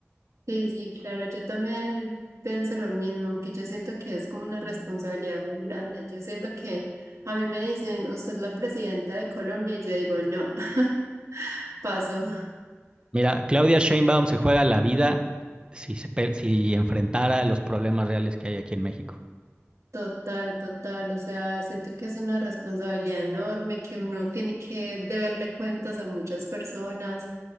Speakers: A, on the right (about 85°); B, on the right (about 20°).
A: Sí, sí, claro, yo también pienso lo mismo, aunque yo siento que es como una responsabilidad muy grande. Yo siento que a mí me dicen, usted es la presidenta de Colombia, y yo digo, no, <laughs> paso.
B: Mira, Claudia Sheinbaum se juega la vida si, se, pe- si enfrentara los problemas reales que hay aquí en México.
A: Total, total. O sea, siento que es una responsabilidad enorme, que uno tiene que deberle cuentas a muchas personas,